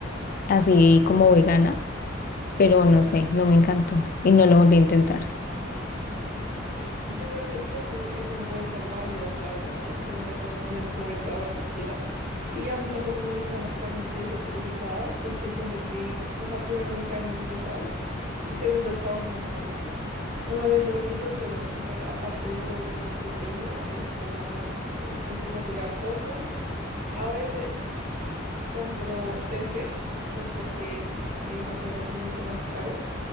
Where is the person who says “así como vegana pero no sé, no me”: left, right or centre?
Left